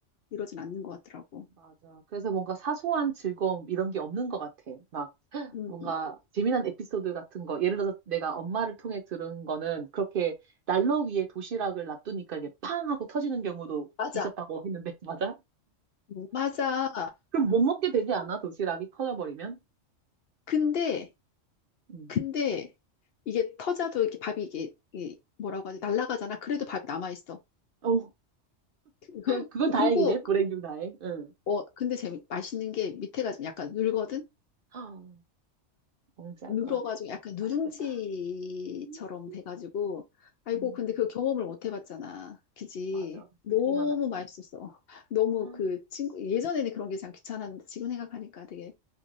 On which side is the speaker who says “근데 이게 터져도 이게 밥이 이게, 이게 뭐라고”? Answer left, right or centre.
Left